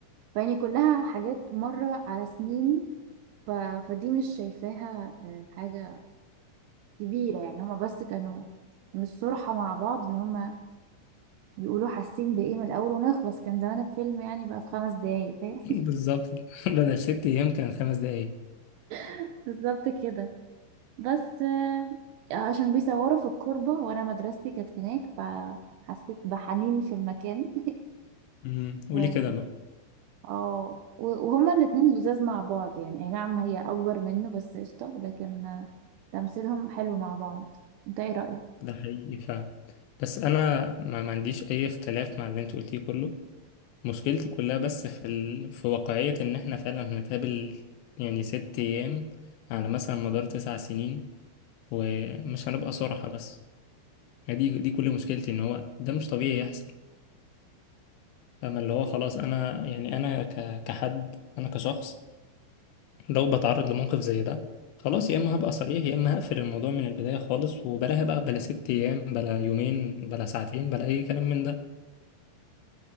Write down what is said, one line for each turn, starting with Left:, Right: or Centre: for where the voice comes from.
Right: فيعني كلها حاجات مرة على سنين ف... فدي مش شايفاها آه، حاجة كبيرة يعني هما بس كانوا من الصرحة مع بعض ان هما بيقولوا حاسين بإيه من الأول ونخلص كان زمان الفيلم يعني بقى في خمس دقايق فاهم؟
Left: بالظبط <laughs> بدل ست ايام كان خمس دقايق
Right: <laughs> بالظبط كده بس آه، عشان بيصوروا في الكوربة وانا مدرستي كانت هناك فحسيت بحنين في المكان
Left: امم قولي
Right: و...
Left: كده بقى
Right: اه و- وهما الاتنين لزاز مع بعض يعني اي نعم هي اكبر منه بس قشطة لكن آه، تمثيلهم حلو مع بعض انت ايه رأيك
Left: ده حقيقي فعلا بس انا ما, ما عنديش اي اختلاف مع اللي انت قلتيه كله مشكلتي كلها بس في ال... في واقعية ان احنا فعلا هنتقابل يعني ست ايام على مثلا مدار تسع سنين ومش هنبقى صراحة بس يعني دي دي كل مشكلتي ان هو ده مش طبيعي يحصل اما اللي هو خلاص انا يعني انا ك... كحد انا كشخص لو بتعرض لموقف زي ده خلاص يا اما هبقى صريح يا اما هقفل الموضوع من البداية خالص وبلاها بقى بلا ست ايام بلا يومين بلا ساعتين بلا اي كلام من ده